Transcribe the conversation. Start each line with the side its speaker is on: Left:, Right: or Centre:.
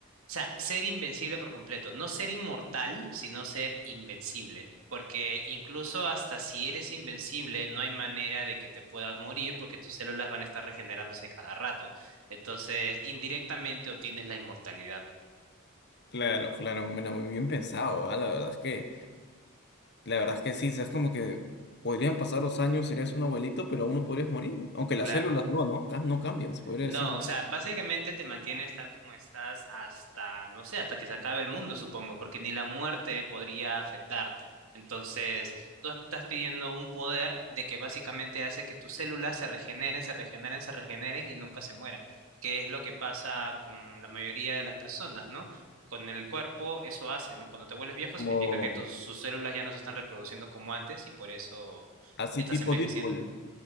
Right: sea, ser invencible por completo, no ser inmortal, sino ser invencible. Porque incluso hasta si eres invencible, no hay manera de que te puedas morir porque tus células van a estar regenerándose cada rato. Entonces, indirectamente obtienes la inmortalidad,
Left: Claro, claro, mira, muy bien pensado, ¿ah? La verdad es que, la verdad es que sí, o sea, es como que podrían pasar los años, serías un abuelito, pero aún no podrías morir, aunque las
Right: ¿no?
Left: células no, ¿no? Ca- No cambian, se podría
Right: No,
Left: decir, ¿no?
Right: o sea, básicamente te mantienes tal como estás hasta, no sé, hasta que se acabe el mundo, supongo, porque ni la muerte podría afectarte. Entonces, tú estás pidiendo un poder de que básicamente hace que tus células se regeneren, se regeneren, se regeneren y nunca se mueran, que es lo que pasa con la mayoría de las personas, ¿no? Con el cuerpo eso hace, ¿no? Cuando te vuelves viejo
Left: Como
Right: significa que tus, sus células ya no se están reproduciendo como antes y por eso
Left: así
Right: estás
Left: tipo
Right: envejeciendo.
Left: Deadpool.